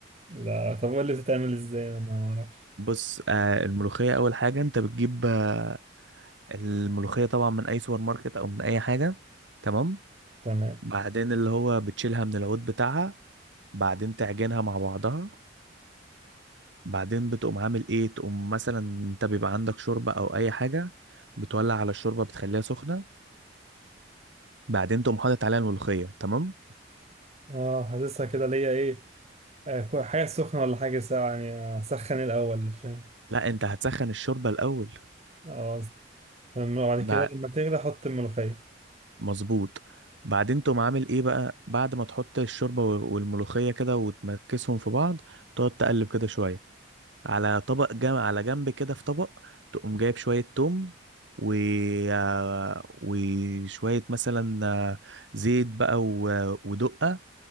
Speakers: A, on the right; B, on the right.
A: لا طب قول لي بتتعمل ازاي انا ما اعرفش
B: بص آه الملوخية أول حاجة أنت بتجيب آه الملوخية طبعا من أي سوبر ماركت أو من أي حاجة تمام
A: تمام
B: بعدين اللي هو بتشيلها من العود بتاعها بعدين تعجنها مع بعضها بعدين بتقوم عامل إيه تقوم مثلا أنت بيبقى عندك شوربة أو أي حاجة بتولع على الشوربة بتخليها سخنة بعدين تقوم حاطط عليها الملوخية تمام
A: اه حاسسها كده ليا ايه آه، كو- حاجه سخنه ولا حاجه ساقعه يعني اسخن الاول فاهم
B: لا انت هتسخن الشوربه الاول
A: اه فاهم؟ وبعد
B: بعد
A: كده لما تغلي احط الملوخيه
B: مظبوط بعدين تقوم عامل ايه بقى بعد ما تحط الشوربه و- والملوخيه كده وتمكسهم في بعض تقعد تقلب كده شويه على طبق جنب على جنب كده في طبق تقوم جايب شويه توم و آه، وشويه مثلا آه، زيت بقى و- ودقه